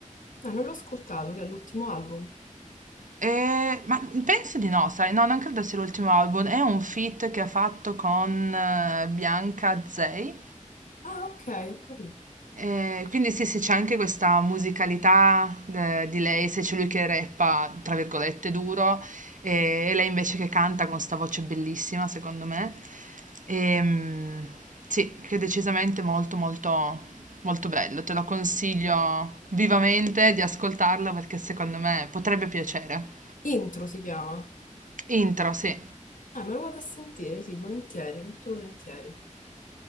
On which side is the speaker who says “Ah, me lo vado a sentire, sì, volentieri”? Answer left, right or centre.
Left